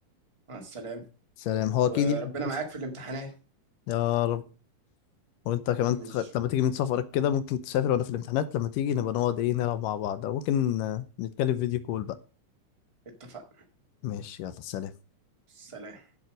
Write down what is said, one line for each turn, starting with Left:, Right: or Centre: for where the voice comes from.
Right: مع السلامة
Left: سلام هو
Right: وربنا
Left: اكيد يعني بس
Right: معاك في الامتحانات
Left: يا رب وانت كمان
Right: ماشي
Left: تخ... لما تيجي من سفرك كده ممكن تسافر وانا في الامتحانات لما تيجي نبقى نقعد ايه نلعب مع بعض او ممكن آه، نتكلم فيديو كول بقى
Right: اتفقنا
Left: ماشي يلا سلام
Right: سلام